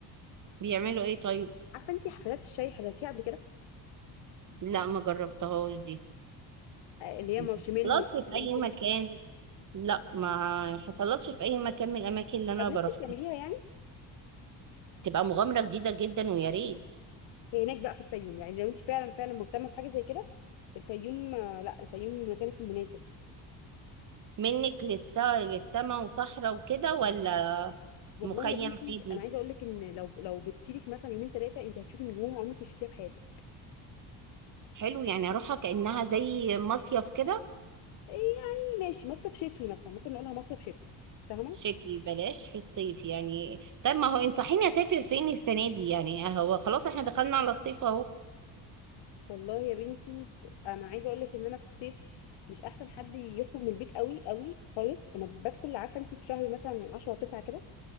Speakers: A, on the right (about 45°); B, on the left (about 75°).
A: بيعملوا ايه طيب
B: عارفه انت حفلات الشاي حضرتيها قبل كده
A: لا ما جربتهاش دي
B: آه، اللي هي
A: ما
B: مارشميلو
A: حصلتش في
B: وشاي
A: اي
B: وكده
A: مكان لا ما حصلتش في اي مكان من الاماكن اللي انا
B: طب نفسك
A: بروح
B: تعمليها يعني
A: تبقى مغامرة جديدة جدا ويا ريت
B: هي هناك بقى في الفيوم يعني لو انت فعلا فعلا مهتمه بحاجه زي كده الفيوم آه، لا الفيوم مكانك المناسب
A: منك للسا للسما وصحراء وكده ولا
B: والله
A: مخيم
B: يا بنتي
A: عادي
B: انا عايزه اقول لك ان لو لو بتيلك مثلا يومين ثلاثه انت هتشوفي نجوم عمرك ما شفتيها في حياتك
A: حلو يعني اروحها كأنها زي مصيف كده
B: إيه يعني ماشي مصيف شتوي مثلا ممكن نقولها مصيف شتوي فاهمه
A: شتوي بلاش في الصيف يعني طب ما هو انصحيني اسافر فين السنة دي يعني هو خلاص احنا دخلنا على الصيف اهو
B: والله يا بنتي انا عايزه اقول لك ان انا في الصيف مش احسن حد يخرج من البيت قوي قوي خالص انا بدخل عارفه انت في شهر مثلا من 10 9 كده